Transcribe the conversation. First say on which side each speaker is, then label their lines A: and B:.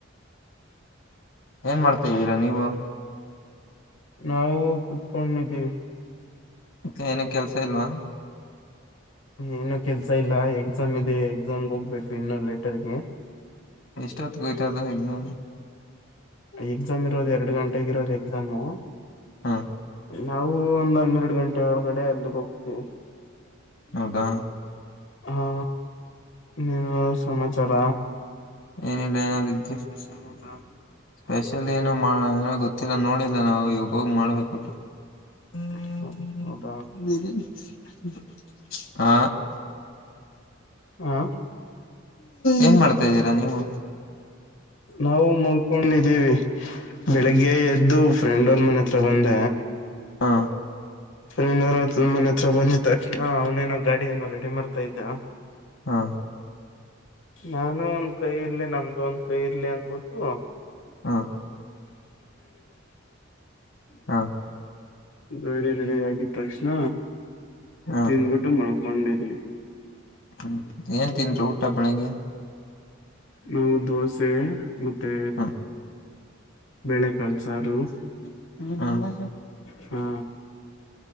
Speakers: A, on the left; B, on the left.
A: ಏನ್ ಮಾಡ್ತಾ ಇದಿದ್ದೀರಾ ನೀವು
B: ನಾವು ಕುತ್ಕೊಂಡಿದ್ದೀವಿ
A: ಮತ್ತ ಏನ ಕೆಲ್ಸ ಇಲ್ವಾ
B: ಏನ ಕೆಲ್ಸ ಇಲ್ಲ ಎಕ್ಸಾಮ್ ಇದೆ ಎಕ್ಸಾಮ್ಗೆ ಹೋಗ್ಬೇಕು ಇನ್ನೊ ಲೆಟರ್ಗೆ
A: ಎಷ್ಟ್ಟತ್ಗೆ ಹೊಯತ ಇದಾವ ಇನ್ನು
B: ಎಕ್ಸಾಮ್ ಇರೋದು ಎರಡು ಗಂಟೆಗ ಇರೋದು ಎಕ್ಸಾಮು
A: ಹಾ
B: ನಾವು ಒಂದ್ ಹನ್ನೆರಡು ಗಂಟೆ ಒಳಗಡೆ ಅಲ್ಲಿಗೆ ಹೋಗ್ತೀವಿ.
A: ಹೌದಾ
B: ಹಾ ಇನ್ನೇನು ಸಮಾಚಾರ
A: ಏನಿಲ್ಲ ಏ ಸ್ಪೆಷಲ್ ಊಟ ಸ್ಪೆಷಲ್ ಏನೋ ಗೊತ್ತ ಮತ್ತರ ನೋಡಿಲ್ಲ ನಾವು ಇವಾಗ ಹೋಗ್ ಮಾಡ್ಬೇಕ ಊಟ
B: ಹ್ಮ್ ಹ್ಮ್ ಹ್ಮ್
A: <unintelligible> ಹಾ
B: ಹಾ
A: ಏನ್ ಮಾಡ್ತಾ್ದೀರಾ ನೀವು
B: ನಾವು ಮಲ್ಕೊಂಡಿದ್ದೀವಿ ಬೆಳಿಗ್ಗೆ ಎದ್ದು ಫ್ರೆಂಡ್ ಮನೆ ಹತ್ರ ಬಂದ
A: ಹಾ
B: ಫ್ರೆಂಡತ್ರ ಮನೆ ಹತ್ರ ಬಂದಿದಿದ್ದ ತಕ್ಷಣ ಅವನೇನೋ ಗಾಡಿ ಏನೋ ರೆಡಿ ಮಾಡ್ತಾ ಇದ್ದ
A: ಹಾ
B: ನಾನು ಒಂದ್ ಕೈ ರ್ಲಿ ನಮ್ದು ಒಂದ್ ಕೈ ಇರ್ಲಿ ಅಂದಬಿಟ್ಟು
A: ಹಾ ಹಾ
B: ರೆಡಿ ರೆಡಿ ಆಗಿದ ತಕ್ಷಣ
A: ಹಾ
B: ತಿಂದ್ಬಿಟ್ಟು ಮಳ್ಕೊಂಡಿದೀವಿ
A: ಹ್ಮ್ ಏನ್ ತಿಂದರೀ ಊಟ ಬೆಳಿಗ್ಗೆ
B: ನಾವು ದೋಸೆ ಮತ್ತೆ
A: ಹ್ಮ್
B: ಬೆಳೆ ಕಲ್ಸಾರು
A: <unintelligible> ನಂಬ
B: ಹಾ